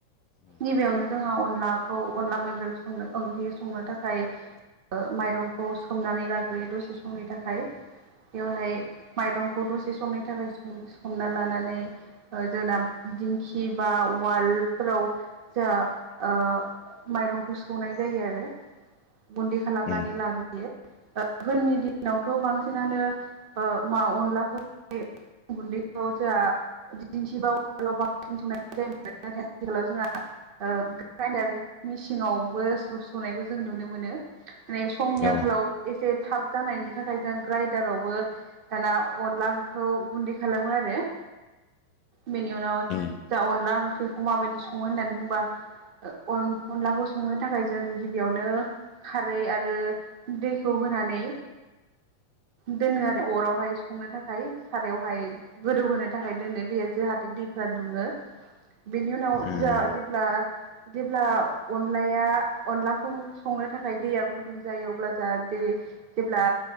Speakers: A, on the left; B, on the right.
A: उम
B: गिबियावनो जोंहा अनलाखौ अनला मैग्रं संनो ओंख्रि संनो थाखाय ओ माइरंखौ संनानै लाग्रोयो दसे समनि थाखाय बेवहाय मायरं खौ दसे समनि थाखाय सो-सोमना लानानै जों दिंखि बा उवालडफोराव जा ओ माइरंखौ सौनाय जायो आरो। गुन्दै खालामनानै
A: उम
B: लाग्रोयो ओ गोदोनि दिनावथ' बांसिनानो ओ मा अनलाखौ <unintelligible> गुन्दैखौ जा दिंखि बा <unintelligible> मेसिंआवबो सौ-सौनायखौ जों नुनो मोनो। माने समनि
A: औ
B: आंखालाव एसे थाब जानायनि थाखाय जों ग्राइडारावबो दाना अनलाखौ गुन्दै खालामो आरो। बेनि उनाव
A: उम
B: जा अनला ओंख्रिखौ माबायदि सङो होननानै बुंबा। ओ अन-अनलाखौ संनो थाखाय जों गिबियावनो खारै आरो दैखौ होनानै। दोनो आरो अरावहाय संनो थाखाय सारायावहाय गोदौहोनो थाखाय दोनो दैया जोंहाथे दैफोरा दुङो बेनि उनाव
A: उम
B: जा जेब्ला जेब्ला अनलाया अनलाखौ संनो थाखाय दैया गुदुं जायो अब्ला जा जेरै - जेब्ला